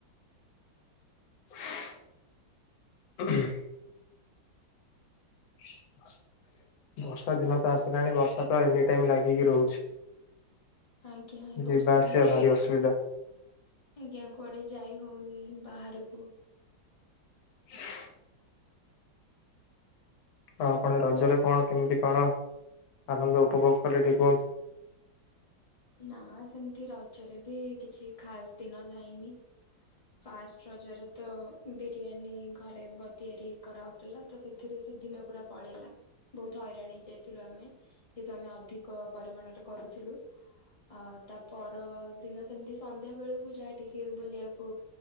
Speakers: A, on the left; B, on the left.
A: ଶୁଉଁ ହୁଁ ହୁଁ। ହ <inaudible> ବର୍ଷା ଦିନ ତ ଆସିଲାଣି ବର୍ଷା ତ ଏନି ଟାଇମ ଲାଗିକି ରହୁଛି।
B: ଆଜ୍ଞା ଏ
A: ଯିବା
B: ବର୍ଷା
A: ଆସିବା
B: ପାଇଁ କେତେ
A: ଭାରି ଅସୁବିଧା
B: କୁ ଆଜ୍ଞା କୁଆଡେ ଯାଇ ନୋଉନି ବାହାରକୁ
A: <inaudible> ଆଉ ଆପଣ ରଜରେ କଣ କେମିତି କଣ ଆନନ୍ଦ ଉପଭୋଗ କଲେ ଟିକେ କୁହନ୍ତୁ? <inaudible>
B: ନା ସେମିତି ରଜରେ ବି କିଛି ଖାସ ଦିନ ଯାଇନି। ଫାଷ୍ଟ ରଜରେ ତ ବିରିୟାନୀ ଘରେ ବ ତିଆରି କରାହେଉ ଥିଲା ତ ସେଥିରେ ଦି ଦିନ ପୁରା ପଳେଇଲା। ବହୁତ ହଇରାଣ ହେଇ ଯାଇଥିଲୁ ଆମେ ଯେହେତୁ ଆମେ ଅଧିକ ପରିମାଣରେ କରୁଥିଲୁ। ଆଉ ତା ପର ଦିନ ସେମିତି ସନ୍ଧ୍ୟା ବେଳକୁ ଯାହା ଟିକେ ବୁଲିବାକୁ ଓ